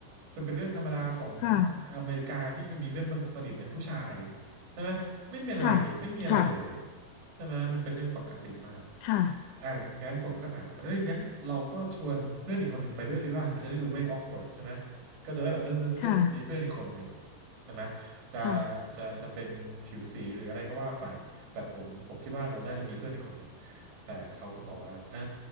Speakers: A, on the right; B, on the left.
A: มันเป็นเรื่องธรรมดาของ
B: ค่ะ
A: อเมริกาที่มีเพื่อนสนิทเป็นผู้ชายใช่ไหมไม่เป็นไรนี่ไม่มีอะไรเลย
B: ค่ะค่ะ
A: ใช่ไหมมันเป็นเรื่องปกติมาก
B: ค่ะ
A: อ่ะงั้นผมก็ถามกลับไปเอ้ยงั้นเราก็ชวนเพื่อนอีกคนหนึ่งไปด้วยดีว่ามันจะได้ดูไม่ awkward ใช่ไหมก็จะได้แบบเออเพื่อนมีเพื่อนอีกคนหนึ่ง
B: ค่ะ
A: ใช่ไหมจะ
B: ค่ะค่ะ
A: จะจะเป็นผิวสีหรืออะไรก็ว่าไป แต่ผมผมคิดว่าเราน่าจะมีเพื่อนอีกคนหนึ่ง แต่เขาก็บอกว่าอ่า